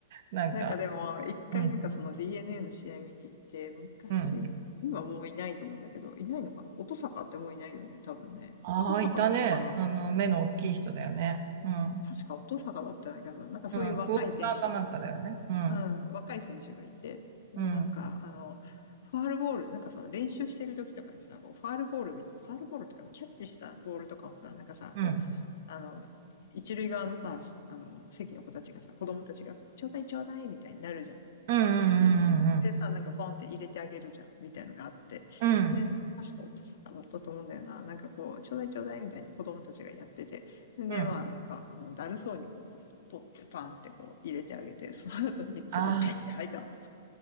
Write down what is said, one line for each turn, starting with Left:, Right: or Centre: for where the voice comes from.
Right: なんか、
Left: なんかでも、一回なんかその
Right: うん、
Left: DNA の試合見に行って、昔、
Right: うん。
Left: 今もういないと思うんだけど、いないのかな音坂ってもういないよね、多分ね。
Right: ああ、
Left: 音坂だったかな
Right: いたね。あの、目の大きい人だよね。うん、う
Left: 確か音坂だったような気がする。なんかそういう若い選手
Right: ん、クォーターかなんかだよね。うん、
Left: うん、若い選手がいて、で、
Right: うん、
Left: なんか、あの、ファールボール、なんかさ、練習してる時とかにさ、こうファールボールみたいなファールボールとかのキャッチしたボールとかをさ、なんかさ、
Right: うん、
Left: こう、
Right: うん、
Left: あの、一塁側のさ、あの、席の子たちがさ、子供たちが、ちょうだいちょうだいみたいになるじゃん。
Right: うん、うん、
Left: でさ、
Right: うん、
Left: なんかポンって入れてあげるじゃん、みたいのがあって、
Right: うん、
Left: 確か音坂だったと思うんだよな。なんかこう、ちょうだいちょうだいみたいに子供たちがやってて、で、
Right: うん。
Left: まあなんか、うんだるそうにこう、取ってパンってこう入れてあげて、その後に唾ペッて吐いたの。
Right: ああ